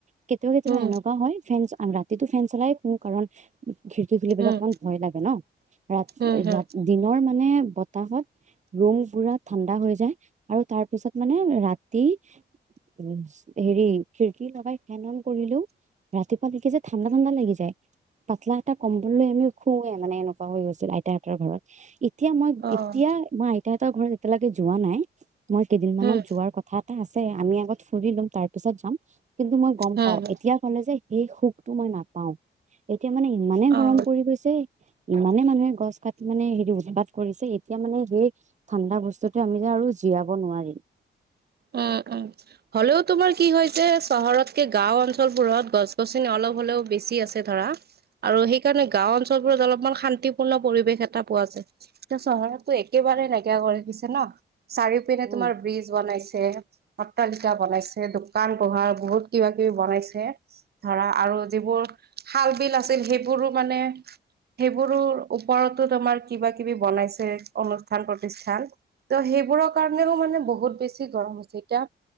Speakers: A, on the right; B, on the right.
A: কেতিয়াবা- কেতিয়াবা
B: উম,
A: এনেকুৱা হয় ফেন ৰাতিটো ফেন চলাই কাৰণ খিৰিকী খুলিবলৈ
B: উম,
A: অকমান ভয় লাগে ন ধৰা
B: উম, উম,
A: দিনৰ মানে বতাহত ৰুম পুৰা ঠাণ্ডা হৈ যায় আৰু তাৰ পিছত মানে ৰাতি উ হেৰি খিৰিকী লগাই ফেন অন কৰিলো ৰাতিপুৱা দেখিছে ঠাণ্ডা ঠাণ্ডা লাগি যায়। পাতলা এটা কম্বললৈ আমি খুৱে মানে এনেকুৱা হৈ গৈছিল আইতাহঁতৰ ঘৰত ইত এতিয়া মই
B: অ',
A: এতিয়া মই আইতাহতৰ ঘৰত এতিয়ালৈকে যোৱা নাই মই কেইদিন
B: উম,
A: মানত যোৱাৰ কথা এটা আছে আমি আগত ফুৰি লম তাৰ পিছত যাম কিন্তু মই গম
B: উম,
A: পাও
B: উম,
A: এতিয়া গলে যে এই সুখটো মই নাপাও এতিয়া মানে ইমানে
B: অ'।
A: গৰম পৰি গৈছে ইমানে মানুহে গছ কাটি মানে হেৰি উৎপাত কৰিছে এতিয়া মানে সেই ঠাণ্ডা বস্তুত আমি যে আৰু জীয়াব নোৱাৰিম।
B: উম -উম। হলেও তোমাৰ কি হয় যে চহৰতকে গাওঁ অঞ্চলবোৰত গছ গছনি অলপ হ'লেও বেছি আছে। ধৰা আৰু সেইকাৰণে গাওঁ অঞ্চলবোৰত অলপমান শান্তিপূৰ্ণ পৰিৱেশ এটা পোৱা যায় এয়া চহৰতো একে ফালেই নাইকিয়া কৰি দিছে ন চাৰিও পিনে
A: উম
B: তোমাৰ ব্ৰিজ বনাইছে। ত কিটা বনাইছে দোকান পোহাৰ বহুত কিবা কিবি বনাইছে ধৰা আৰু যিবোৰ খাল বিল আছিল সেইবোৰো মানে সেইবোৰৰ ওপৰতো তোমাৰ কিবা কিবি বনাইছে অনুষ্ঠান প্ৰতিষ্ঠান ত সেই সেইবোৰৰ কাৰণেও মানে বহুত বেছি গৰম হৈছে এতিয়া